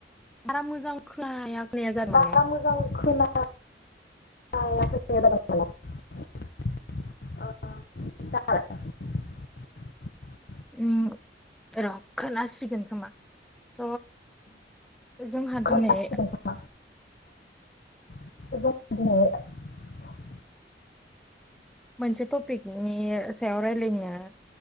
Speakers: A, in the centre; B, on the left.
A: बारा मोजां खोनाया खोनाया जादों
B: बारा
A: माने।
B: मोजां <unintelligible>
A: उम र खोनासिगोन खोमा। स जोंहा दिनै
B: खोनासिगोनथ' <unintelligible>
A: मोनसे टपिकनि सायाव रायलायनो